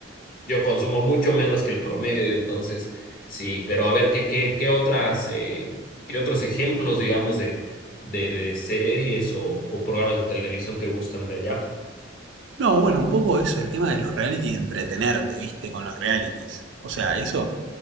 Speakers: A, on the left (about 50°); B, on the right (about 80°).
A: yo consumo mucho menos que el promedio, entonces sí, pero a ver qué, qué, qué otras, eh, qué otros ejemplos, digamos, de, de, de series o, o programas de televisión te gustan de allá.
B: No, bueno, un poco eso, el tema de los reality y entretenerte, viste, con los realities. O sea, eso